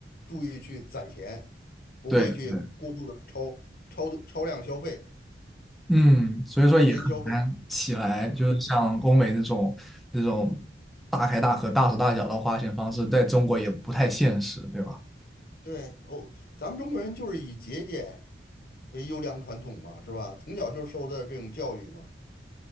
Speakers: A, on the left; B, in the centre.
A: 注意去攒钱，不会去过度的超超度超量消费、
B: 对对，嗯，所以说也很难起来，
A: 超前消费，
B: 就是像欧美那种那种
A: 嗯。
B: 大开大合、大手大脚的花钱方式，在中国也不太现实，对吧？
A: 对哦，咱们中国人就是以节俭为优良传统嘛，是吧？从小就受的这种教育嘛。